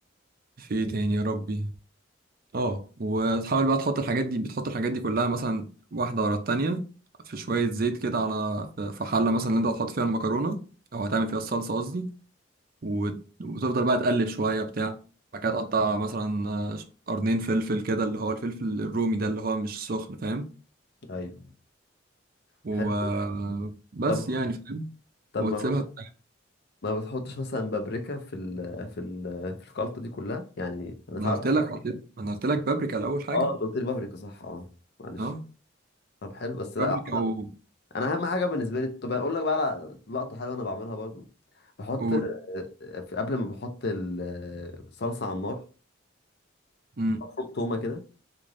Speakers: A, on the right (about 45°); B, on the left (about 55°).
A: في إيه تاني يا ربي اه وتحاول بقى تحط الحاجات دي بتحط الحاجات دي كلها مثلا واحدة ورا التانية في شوية زيت كده على في حلة مثلا اللي انت هتحط فيها المكرونة او هتعمل فيها الصلصة قصدي وت- وتفضل بقى تقلب شوية بتاع بعد كده تقطع مثلا آه، قرنين فلفل كده اللي هو الفلفل الرومي ده اللي هو مش سخن فاهم
B: ايوه
A: وبس
B: حلو طب
A: يعني فاهم
B: طب
A: وتسيبها
B: ما ما بتحطش مثلا بابريكا في ال في ال في الخلطة دي كلها يعني انا
A: انا
B: ساعات
A: قلت
B: بحط
A: لك حطيت انا قلت لك بابريكا الاول حاجة
B: اه انت قلت لي بابريكا صح اه معلش
A: اه
B: طب حلو بس لا
A: فابريكا
B: عامة
A: و
B: انا اهم حاجة بالنسبة لي طب اقول لك بقى على لقطة حلوة انا بعملها برضه بحط
A: قول
B: آه، آه، في قبل ما بحط الصلصة على النار
A: امم
B: بفرم تومة كده